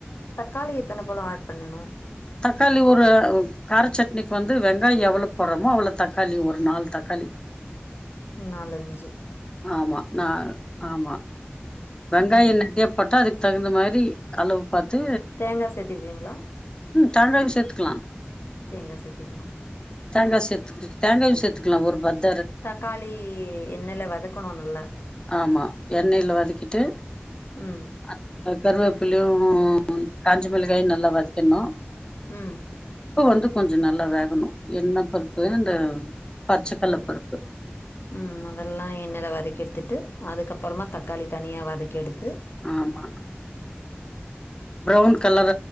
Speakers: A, on the left (about 65°); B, on the left (about 20°).
A: தக்காளி எத்தன பழ ஆட் பண்ணு
B: தக்காளி ஒரு கார சட்னிக்கு வந்து வெங்காய எவ்வளோ போடுறோமோ அவ்வளோ தக்காளி ஒரு நாலு தக்காளி
A: நாலஞ்
B: ஆமா நா ஆமா வெங்காய
A: ம்
B: நறைய போட்டா அது தகுந்த மாரி அளவு பாத்து
A: தேங்கா சேத்திப்பீங்ளா
B: தேங்காவ சேத்துக்கலா
A: தேங்கா சேத்திக்லா
B: தேங்கா சேத்துக்கு தேங்காயு சேத்துக்லா ஒரு பத்
A: தக்காளி எண்ணெய்ல வதக்கணு நல்லா
B: ஆமா எண்ணெய்ல வதக்கிட்டு
A: ம்
B: அதுக்க கருவேப்பில்யு காஞ்ச மிளகாயு நல்லா வதக்கிர்னு
A: ம்
B: ப்பு வந்து கொஞ்ச நல்லா வேகனு என்ன பருப்பு இந்த பச்சக்கல்ல பருப்பு
A: ம் அதெல்லா எண்ணல வதக்கி எடுத்துட்டு அதுக்கப்புறமா தக்காளி தனியா வதக்கி எடுத்
B: ஆமா ப்ரவுன் கலர